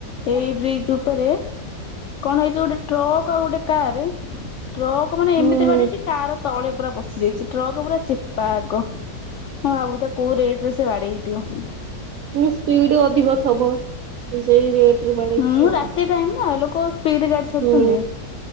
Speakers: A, on the left; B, on the right.
A: ଏଇ ବ୍ରିଜ ଉପରେ କଣ ହେଇଛି ଗୋଟେ ଟ୍ରକ୍ ଆଉ ଗୋଟେ କାର ଟ୍ରକ୍ ମାନେ
B: ହୁଁ।
A: ଏମିତି ବାଡେଇଛି କାର ତଳେ ପୁରା ପସିି ଯାଇଛି ଟ୍ରକ୍ ପୁରା ଚେପା ଆଗ। ହଁ ଭାବୁ ତା କୋଉ ରେଟ ରେ ସେ ବାଡେଇ ହୋଇଥିବ।
B: ସ୍ପିଡ ଅଧିକ ଥବ ସେଇ ରେଟରେ ବାଡେଇଛି
A: ହୁଁ
B: ଆଉ।
A: ରାତି ଟାଇମ ନା ଲୋକ ସ୍ପିଡ ଗାଡି ଛାଡୁଛନ୍ତି
B: ହୁଁ